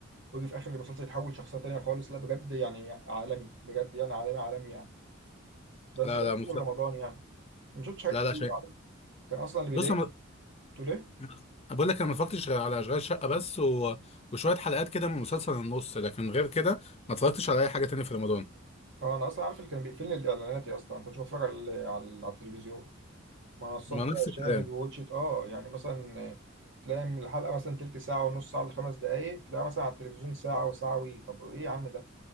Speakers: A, on the right; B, on the left.
A: ويجي في اخر المسلسل يتحول شخصيه تانيه خالص لا بجد يعني عالمي بجد يعني عالمي عالمي يعني بس
B: لا
A: ده بالنسبه
B: لا مطلق.
A: لرمضان يعني ما شفتش حاجات
B: لا
A: كتير
B: لا شيء
A: عارف كان اصلا اللي بيضايقني
B: بص انا
A: قلت ليه
B: أنا بقول لك انا ما اتفرجتش غير على اشغال شقه بس و... وشويه حلقات كده من مسلسل النص لكن غير كده ما اتفرجتش على اي حاجه تانية في رمضان
A: هو انا اصلا عارف اللي كان بيقفلني الاعلانات يا اسطى أنا ما كنتش بتفرج على على, على التلفزيون منصات
B: ما
A: بقى
B: نفس
A: شاهد
B: الكلام
A: ووتشت اه يعني مثلا تلاقي من الحلقه مثلا تلت ساعه ونص ساعه لخمس دقائق تلاقي مثلا على التلفزيون ساعه وساعه وي طب ايه يا عم ده